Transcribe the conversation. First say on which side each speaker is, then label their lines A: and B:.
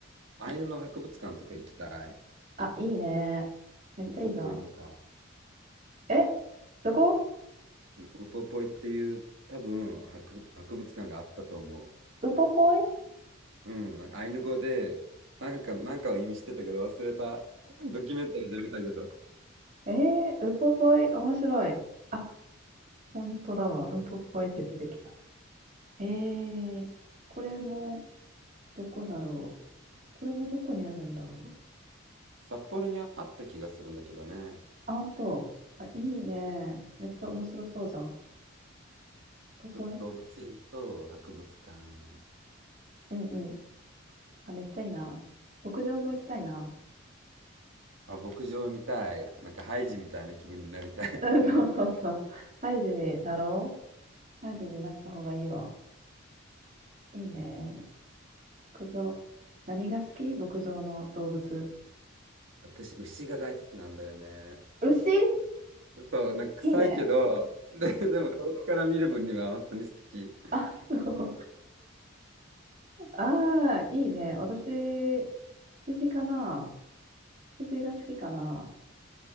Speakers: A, on the right (about 65°); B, on the right (about 40°).
A: アイヌの博物館とか行きたい。
B: あ、いいね。めっちゃいいじゃん。
A: ウポポイとか。
B: え、どこ
A: ウポポイっていう多分博、博物館があったと思
B: ウポポイ
A: う。うん、なんかアイヌ語で、なんか、なんかを意味してたけど忘れた。ドキュメンタリーで見たけど。
B: えー、ウポポイ、面白い。あ、本当だわ。ウポポイって出てきた。えー、これも、どこだろう。これはどこにあるんだろう。
A: 札幌にあった気がするんだけどね。
B: あ、本当。あ、いいね。めっちゃ面白そうじゃん。ウポポイ
A: ちょっと動物園と博物館。
B: うんうん。あ、めっちゃいいな。牧場も行きたいな。
A: あ、牧場みたい。なんかハイジみたいな気分になりたい。
B: <laughs> うんそうそうそう。ハイジになろう。ハイジになった方がいいわ。いいね。牧場。何が好き牧場の動物。
A: <laughs> 私、牛が大好きなんだよね。
B: 牛
A: そう、なんか臭いけど、
B: いいね。
A: で、でも遠くから見る分には本当に好き。
B: あ、そう。ああ、いいね。私、羊かな。羊が好きかな。